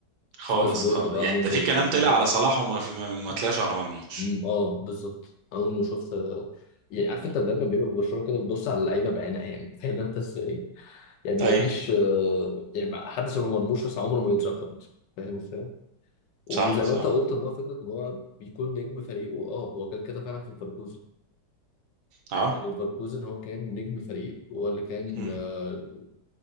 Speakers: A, on the right; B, on the left.
A: خالص
B: سواء سبورت
A: اه
B: بقى
A: يعني
B: موندو
A: ده في كلام
B: ديبورتيفو
A: طلع على صلاح وما في... ما ما طلعش على مرموش
B: مم. اه بالظبط اول ما شفت آه، يعني عارف
A: مم.
B: انت دايما بيبقى في برشلونه كده بتبص على اللعيبه بعينها يعني <laughs> فاهم انت ازاي يعني
A: ايوه
B: مفيش آه، يعني حدث ما مرموش بس عمره ما يتذكر مثلا فاهم وزي
A: صح صح
B: ما انت قلت ان هو فكره ان هو بيكون نجم فريقه اه هو كان كده فعلا في ليفركوزن
A: اه
B: يعني ليفركوزن هو كان نجم الفريق هو اللي كان
A: مم.
B: آه،